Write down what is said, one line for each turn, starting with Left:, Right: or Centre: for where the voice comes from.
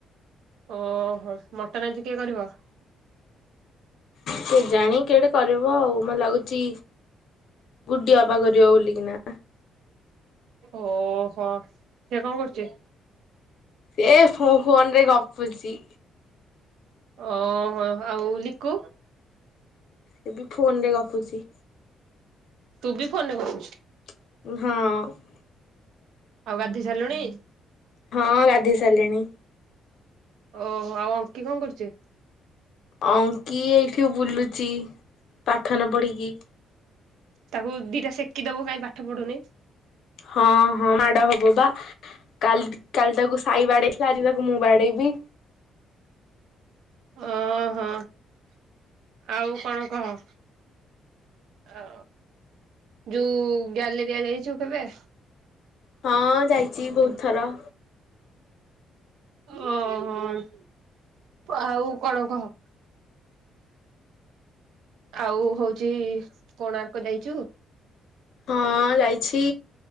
Right: ଓହୋ। ମଟନ୍ ଆଜି କିଏ କରିବ?
Left: କେଜାଣି କିଏ ଗୋଟେ କରିବ ଆଉ? ମତେ ଲାଗୁଛି ଗୁଡି ଅପା କରିବ ବୋଲିକିନା!
Right: ଓହୋ! ସେ କଣ କରୁଛି?
Left: ସିଏ ଫୋ ଫୋନରେ ଗପୁଛି।
Right: ଓହୋ! ହ ଆଉ ଲିକୁ?
Left: ସିଏ ବି ଫୋନ ରେ ଗପୁଛି।
Right: ତୁ ବି ଫୋନ ରେ ଗପୁଛୁ?
Left: ହଁ।
Right: ଆଉ ଗାଧୋଇ ସାରିଲୁଣି?
Left: ହଁ ଗାଧେଇ ସାରିଲିଣି।
Right: ଓହୋ, ଆଉ ଅଙ୍କି କଣ କରୁଛି?
Left: ଅଙ୍କି ଏଇଠି ବୁଲୁଚି ପାଠ ନ ପଢ଼ିକି।
Right: ତାକୁ ଦିଟା ସେକି ଦବୁ କାହିଁ ପାଠ ପଢୁନି।
Left: ହଁ ହଁ ମାଡ ହବ ବା। କାଲି କାଲି ତାକୁ ସାଇ ବାଡେଇଥିଲା ଆଜି ତାକୁ ମୁଁ ବାଡ଼େଇବି।
Right: ଓହୋ ଆଉ କଣ କହ? ଆ ଯୋଉ ଗ୍ୟାଲେରିଆ ଯାଇଛୁ କେବେ?
Left: ହଁ ଯାଇଛି ବୋହୁତ ଥର।
Right: ଓହୋ ଆଉ କଣ କହ? ଆଉ ହଉଛି କୋଣାର୍କ ଯାଇଛୁ?
Left: ହଁ ଯାଇଛି